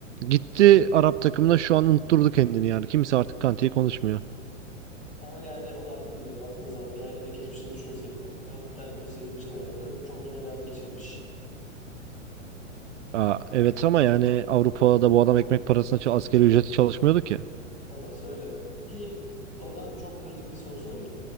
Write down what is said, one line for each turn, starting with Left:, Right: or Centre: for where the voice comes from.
Right: gitti Arap takımına şu an unutturdu kendini yani. Kimse artık Kante'yi konuşmuyor.
Left: Ama yani o da haklı bir nevi baktığın zaman. Geldiği geçmişini düşünsek. Ben onun bir tane videosu izlemiştim. Yani kö- çok zor bir hayat geçirmiş.
Right: Aa, evet ama yani Avrupa'da bu adam ekmek parasına ça- asgari ücreti çalışmıyordu ki.
Left: Orası öyle. Peki Ozan çok kritik bir soru sorayım.